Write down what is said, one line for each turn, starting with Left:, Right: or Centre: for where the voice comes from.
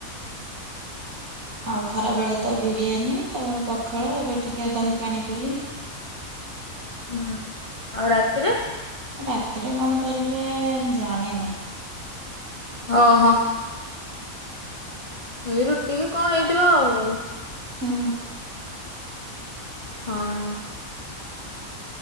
Right: ଆଉ ଖରା ବେଳେ ତ ବିରିୟାନୀ ତାପରେ ପଖାଳ ଏବେ ଟିକେ ଦହି ପାଣି ପିଲି।
Left: ହୁଁ ଆଉ ରାତି ରେ?
Right: ରାତିରେ କଣ କରିବେ ଜାଣିନି।
Left: ହଁ-ହଁ ଏଇ ରୁଟି କଣ ହେଇଥିବ ଆଉ।
Right: ହୁଁ।
Left: ହଁ।